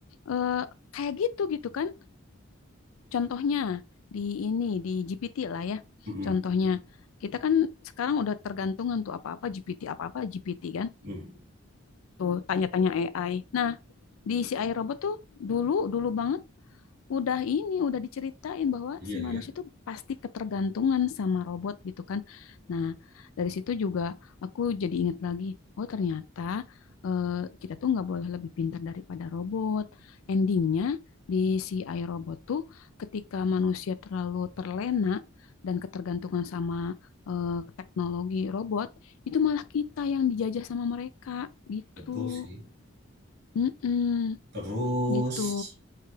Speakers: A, on the left; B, on the right.
A: eh, kayak gitu gitu kan. Contohnya di ini di GPT lah ya.
B: mm-mm,
A: Contohnya kita kan sekarang udah tergantungan tuh apa-apa GPT, apa-apa GPT kan.
B: mm.
A: Tuh tanya-tanya AI. Nah, di si AI robot tuh dulu dulu banget udah ini udah diceritain bahwa
B: Iya
A: si manusia
B: ya,
A: tuh pasti ketergantungan sama robot gitu kan. Nah, dari situ juga aku jadi inget lagi, oh ternyata eh, kita tuh nggak boleh lebih pintar daripada robot. Endingnya di si iRobot tuh ketika manusia terlalu terlena dan ketergantungan sama eh, teknologi robot, itu malah kita yang dijajah sama mereka gitu.
B: betul sih.
A: Mm-mm,
B: Terus
A: gitu.